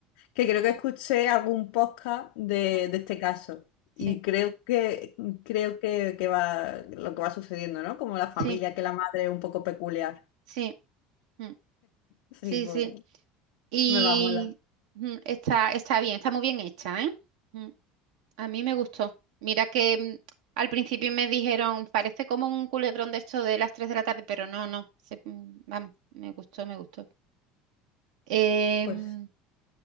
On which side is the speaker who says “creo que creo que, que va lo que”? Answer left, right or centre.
Left